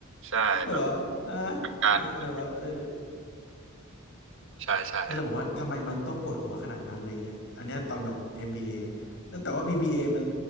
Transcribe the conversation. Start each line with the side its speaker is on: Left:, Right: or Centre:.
Right: ใช่แบบ
Left: <laughs> หรือว่าอ่า
Right: การ
Left: อ่าอะไรวะเออ
Right: ใช่ใช่
Left: ก็เลยบอกว่าทำไมมันต้องปวดหัวขนาดนั้นอะไรเงี้ยอันเนี้ยตอนแบบ MBA แล้วแต่ว่า BBA มัน